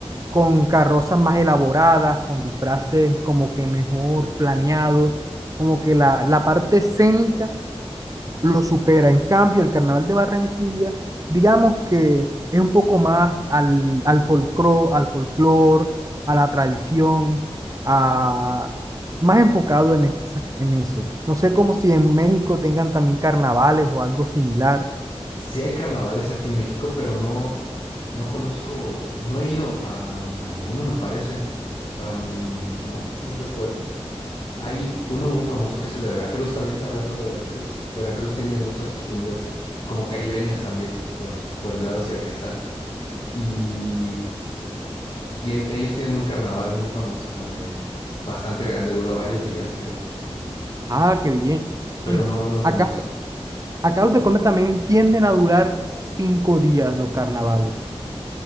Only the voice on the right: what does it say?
con carrozas más elaboradas, con disfraces como que mejor planeados, como que la, la parte escénica lo supera. En cambio, el carnaval de Barranquilla, digamos que es un poco más al, al folclore, al folclore, a la tradición, a, más enfocado en, esa- en eso. No sé cómo si en México tengan también carnavales o algo similar.
Ah, qué bien.
Acá,
acá los de Colombia también tienden a durar cinco días los carnavales.